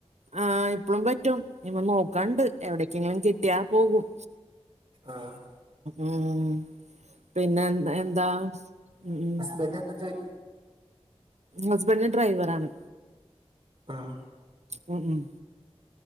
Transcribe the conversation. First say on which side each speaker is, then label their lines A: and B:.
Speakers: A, on the right; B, on the right.
A: ആഹ് ഇപ്പളും പറ്റും <unintelligible> നോക്കൺണ്ട് എവിടെക്കെങ്കിലും കിട്ടിയാ പോകും
B: ആഹ്
A: ഉം പിന്നെന്ത് എന്താ ഉ ഉ
B: ബന്റ് എന്താ ജോലി
A: ഹസ്ബൻഡ് ഡ്രൈവറാണ്
B: ആഹ്
A: ഉം ഉം